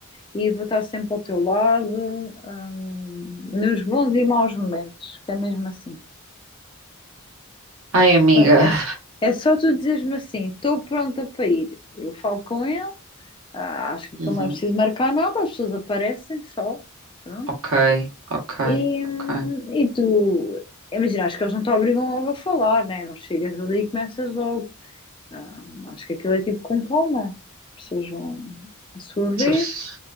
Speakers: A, on the left; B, on the right.
A: e vou estar sempre ao teu lado, hum, nos bons e maus momentos, que é mesmo assim.
B: Ai, amiga.
A: É, é só tu dizeres-me assim, estou pronta para ir. Eu falo com ele. Ah, acho que aquilo
B: Uhum.
A: não é preciso marcar nada, as pessoas aparecem só. Pronto.
B: Ok, ok,
A: E,
B: ok.
A: hum, e tu, imagina, acho que eles não te obrigam logo a falar, né? Não chegas ali e começas logo. Ah, acho que aquilo é tipo com calma. As pessoas vão à sua vez,
B: Se a pesso-